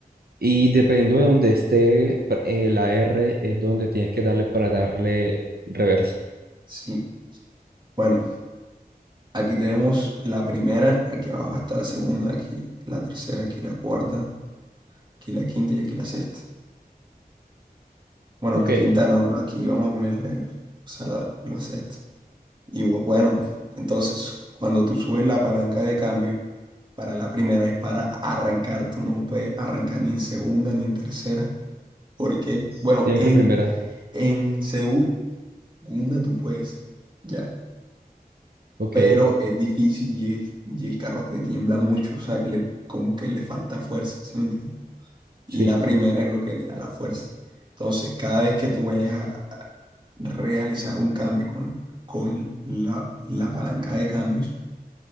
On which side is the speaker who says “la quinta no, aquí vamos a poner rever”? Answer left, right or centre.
Right